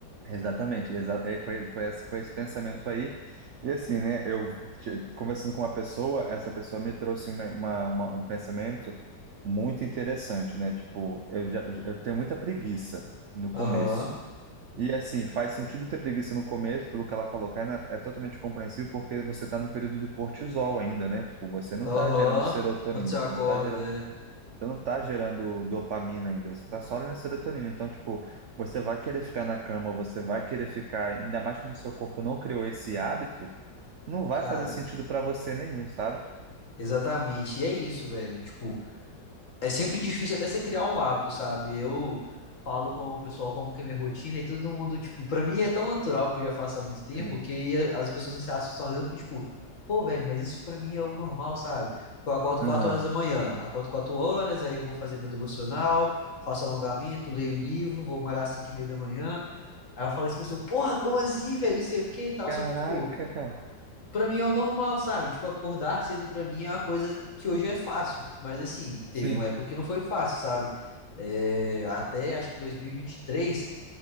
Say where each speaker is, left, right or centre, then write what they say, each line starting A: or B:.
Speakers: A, on the right; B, on the left.
A: exatamente, exa é, foi, foi, esse, foi esse pensamento aí, e assim, né, eu te- conversando com uma pessoa, essa pessoa me trouxe uma, uma- uma- um pensamento muito interessante, né, tipo, eu, já, eu tenho muita preguiça no começo,
B: Aham,
A: e assim, faz sentido ter preguiça no começo, pelo que ela falou, Kaina, é é totalmente compreensível, porque você está no período do cortisol ainda, né, tipo, você não
B: aham.
A: está gerando serotonina,
B: Quando você acorda,
A: não está gerando
B: é.
A: Você não tá gerando dopamina ainda, você tá só na serotonina. Então, tipo, você vai querer ficar na cama, você vai querer ficar, ainda mais como o seu corpo não criou esse hábito, não vai
B: Cara,
A: fazer sentido pra você nenhum, sabe?
B: exatamente. E é isso, velho. Tipo, É sempre difícil até você criar um hábito, sabe? Eu falo com o pessoal como que é minha rotina e todo mundo, tipo, pra mim é tão natural, porque eu já faço há muito tempo,
A: Sim.
B: que as pessoas se assustam às vezes, eu fico tipo, pô, velho, mas isso pra mim é o normal, sabe? Eu acordo
A: Aham.
B: 4 horas da manhã, acordo 4 horas, aí vou fazer meu devocional, faço alongamento, leio livro, vou malhar às 5 e meia da manhã. Aí eu falo assim pra pessoa, porra, como assim, velho? Não sei o que e tal,
A: Caraca,
B: só que, tipo.
A: cara.
B: Pra mim é o normal, sabe? Tipo, acordar cedo pra mim é uma coisa que hoje é fácil. Mas assim, teve
A: Sim.
B: uma época que não foi fácil, sabe? É, até acho que dois mil e e vinte e três